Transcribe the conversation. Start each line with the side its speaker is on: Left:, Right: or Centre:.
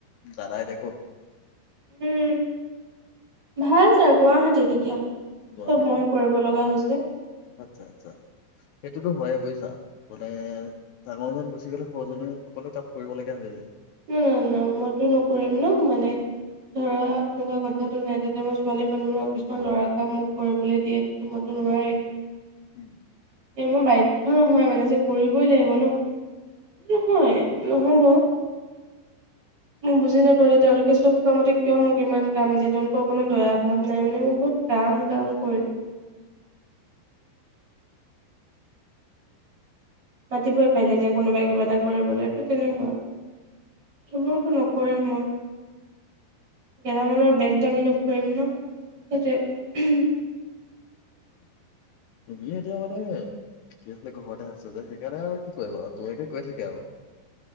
Left: দাদাই এতিয়া কত।
Right: উম ভাল তাৰ গুৱাহাটীত এতিয়া,
Left: গুৱাহাটীত
Right: চব মই
Left: ন
Right: কৰিব লগা হৈছে। কি।
Left: আচ্ছা আচ্ছা। সেইটোতো হয়ে বুজিছা। মানে ডাঙৰ জন গুচি গলে সৰুজনে সকলো কাম কৰিব লগগীয়া হৈ যায়।
Right: উম না মইতো নকৰিম ন মানে ধৰা এনেকুৱা কথাতটো নাই তাতে মই ছোৱালী মানুহ কিছুমান লৰা কাম মোক কৰিবলৈ দিয়ে তেন্তেটো মইতো নোৱাৰিম <unintelligible>
Left: উম
Right: এ মই বাধ্য নহয় মানে, যে কৰিবই লাগিব নহ নহয় নহব। মোক বুজি নাপালো তেওঁলোকে চব কামতে কিয় মোক ইমান কাম দিয়ে তেওঁলোকৰ একো দয়া ভাৱ নাই মানে মোক বহুত কাম কাম কৰিলে। মাতিব পাৰিলে এতিয়া কোনোবাই। কিবাটা কৰিবলে কি কি লাগিব। সবোৰ কি <unintelligible> কৰিম মই।
Left: সেইটোৱে।
Right: গেলামালৰ বেগ দাঙি নুফুৰিম ন। সেইটোৱে।
Left: তুমি এতিয়া মানে কি আছিলে ঘৰতে আছা যে সেইকাৰণে আৰু কি কৰিবা তোমাকে কৈ থাকে আৰু।